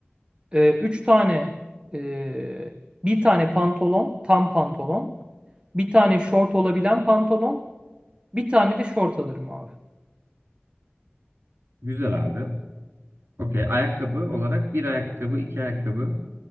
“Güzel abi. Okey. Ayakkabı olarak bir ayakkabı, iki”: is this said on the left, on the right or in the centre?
Right